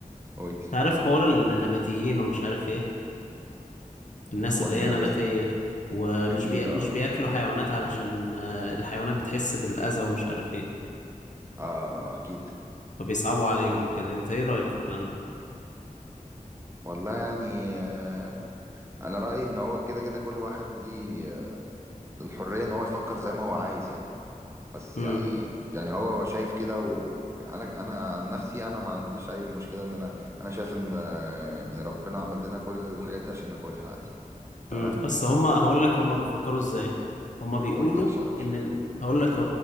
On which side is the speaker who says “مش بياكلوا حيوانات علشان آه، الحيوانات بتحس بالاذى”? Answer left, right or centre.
Left